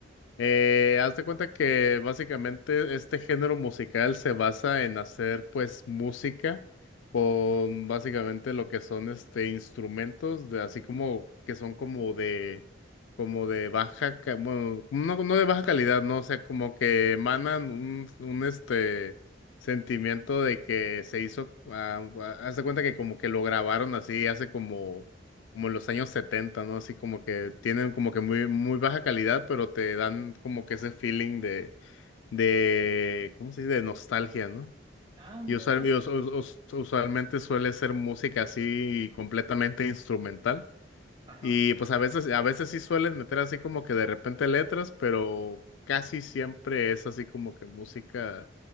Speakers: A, on the left; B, on the right.
A: Eh, haz de cuenta que básicamente este género musical se basa en hacer pues música con básicamente lo que son este instrumentos de así como que son como de como de baja ca- bueno, no, no de baja calidad, no, o sea, como que emanan un, un este sentimiento de que se hizo ah, ah, haz de cuenta que como que lo grabaron así hace como como en los años 70, ¿no? Así como que tienen como que muy, muy baja calidad, pero te dan como que ese feeling de, de, ¿cómo se dice? De nostalgia, ¿no?
B: Ah, mirá
A: Y usual-
B: vos.
A: y us- us- us- usualmente suele ser música así completamente instrumental.
B: Ajá.
A: Y pues a veces, a veces sí suelen meter así como que de repente letras, pero casi siempre es así como que música